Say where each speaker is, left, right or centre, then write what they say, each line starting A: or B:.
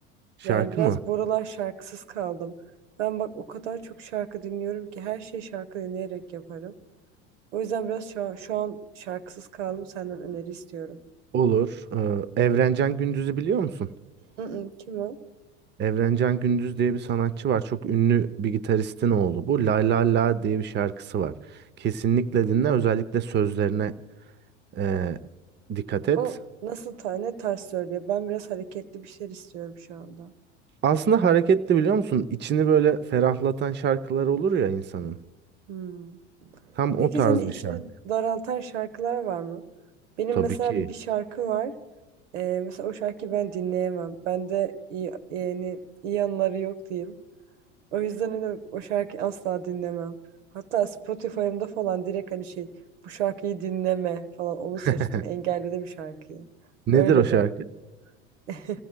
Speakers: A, on the right (about 30°); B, on the right (about 80°).
A: Şarkı
B: Yani biraz
A: mı?
B: bu aralar şarkısız kaldım. Ben bak o kadar çok şarkı dinliyorum ki her şeyi şarkı dinleyerek yaparım. O yüzden biraz şu an, şu an şarkısız kaldım. Senden öneri istiyorum.
A: Olur. Ee, Evrencan Gündüz'ü biliyor musun?
B: Mm-mm, kim o?
A: Evrencan Gündüz diye bir sanatçı var. Çok ünlü bir gitaristin oğlu bu. La La La diye bir şarkısı var. Kesinlikle dinle. Özellikle sözlerine eee, dikkat et.
B: O nasıl ta ne tarz söylüyor? Ben biraz hareketli bir şeyler istiyorum şu anda.
A: Aslında hareketli biliyor musun? İçini böyle ferahlatan şarkılar olur ya insanın.
B: Hmm.
A: Tam
B: Peki
A: o tarz
B: senin içini
A: bir şarkı.
B: daraltan şarkılar var mı? Benim
A: Tabii
B: mesela
A: ki.
B: bir şarkı var. Ee, mesela o şarkıyı ben dinleyemem. Bende iyi, yani iyi anları yok diyeyim. O yüzden hani o şarkıyı asla dinlemem. Hatta Spotify'ımda falan direkt hani şey bu şarkıyı dinleme falan onu
A: <laughs>
B: seçtim. Engelledim şarkıyı.
A: Nedir
B: Öyle
A: o şarkı?
B: de. <laughs>